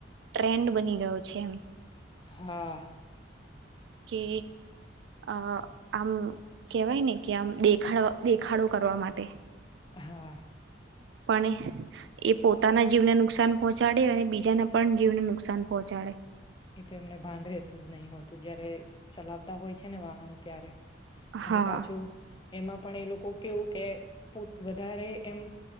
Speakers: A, on the right (about 60°); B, on the left (about 25°).
A: ટ્રેન્ડ બની ગયો છે એમ.
B: હા.
A: કે આ આમ કેહેવાય ને કે આમ દેખાડ દેખાડો કરવા માટે.
B: હા.
A: પણ એ પોતાના જીવને નુકસાન પહોંચાડે અને બીજાના પણ જીવને નુકસાન પહોંચાડે.
B: એ તો એમને ભાન રેતું જ નહી હોતું જયારે ચલાવતા હોય છે ને વાહન ત્યારે. અને
A: હા
B: પાછું એમાં પણ એ લોકો કેવું કે વધારે એમ